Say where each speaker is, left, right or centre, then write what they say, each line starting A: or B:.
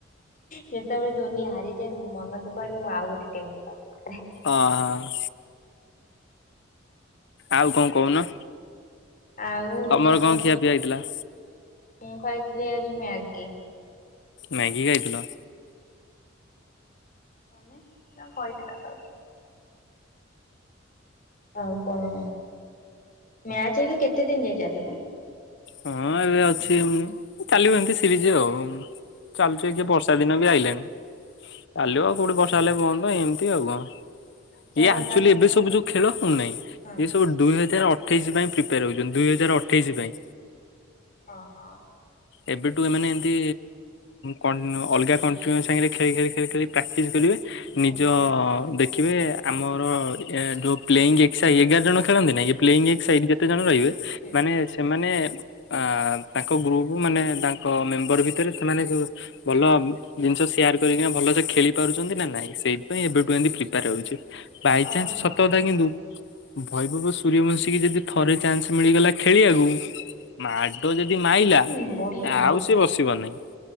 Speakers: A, on the left; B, on the left.
A: ସେତେବେଳେ ଧୋନି ହାରିଯାଏ ମୁ ମନ ଦୁଃଖରେ ମୁଁ ଆଉ ଗୋଟେ ଟିମ କୁ ସପୋର୍ଟ କରେ।
B: ଅ ହ। ଆଉ କଣ କହୁନ,
A: ଆଉ
B: ତମର
A: ସବୁ
B: କଣ ଖିଆ ପିଆ ହେଇଥିଲା?
A: ମୁଁ ଖାଇଥିଲି ଆଜି ମ୍ୟାଗି।
B: ମ୍ୟାଗି ଖାଇଥିଲ?
A: ତମେ ନା କହିଥିଲ କହିଥିଲ। ଆଉ କଣ, ମ୍ୟାଚ ହେଇକି କେତେ ଦିନ ଯାଇ ଚାଲିବ?
B: ହଁ ଏବେ ଅଛି ଚାଲିବ ଏମିତି ସିରିଜ ଆଉ। ଚାଲୁଛୁ ଏ ବର୍ଷା ଦିନ ବି ଆଇିଲଣି ଚାଲୁ ଆଉ କୋଉଠି ବର୍ଷ ନ ହେଲେ ବନ୍ଦ ଏମିତି ଆଉ କଣ।
A: ଯାହା
B: ଏଇ
A: ହଉ
B: ଆକ୍ଚୁଆଲି
A: ତା
B: ଏବେ ସବୁ ଯୋଉ ଖେଳ ହଉନାହିଁ
A: ହଁ
B: ଏ ସବୁ ଦୁଇ ହଜାର ଅଠ ଅଠେଇଶ ପାଇଁ ପ୍ରିପେୟାର ହଉଛନ୍ତି ଦୁଇ ହଜାର ଅଠେଇଶି ପାଇଁ।
A: ଅହୋ।
B: ଏବେଠୁ ଏମାନେ ଏମିତି କଣ୍ଟ ଅଲଗା କଣ୍ଟ୍ରିଙ୍କ ସାଙ୍ଗରେ ଖେଳି ଖେଳି ଖେଳି ଖେଳି ପ୍ରାକ୍ଟିସ କରିବେ ନିଜ
A: ଓହୋ।
B: ଦେଖିବେ ଆମର ଯୋଉ ପ୍ଲେଂ ଏଶ୍ ଇ ଏଗାର ଜଣ ଖେଳନ୍ତିନି ନାଁ ପ୍ଲେଇଙ୍ଗ ଏକ ସାଇନ ଯେତେ ଜଣ ରହିବେ
A: ହୁଁ
B: ମାନେ ସେମାନେ ଅ ତାଙ୍କ ଗ୍ରୁପ ମାନେ ତାଙ୍କ ମେମ୍ବର ଭିତରେ ସେମାନେ ସବୁ ଭଲ ଜିନିଷ ସେୟାର କରିକିନା ଭଲ ସେ ଖେଳି ପାରୁଛନ୍ତି ନା ନାଇଁ ସେଇଥିପାଇଁ ଏବେଠୁ ଏମିତି ପ୍ରିପାର ହଉଛି। ବାଇଚନ୍ସ
A: ଓହୋ
B: ସତ କଥା
A: ହଁ
B: କିନ୍ତୁ ଭୈଭବ ସୂର୍ଯ୍ୟବଂଶୀ କି ଯଦି ଥରେ ଚାନ୍ସ ମିଳିଗଲା ଖେଳିବାକୁ ମାଡ଼ ଯଦି ମାଇଲା
A: ହୁଁ ବଢିଆ
B: ଆଉ
A: ହଁ।
B: ସି ବସିବନାହିଁ।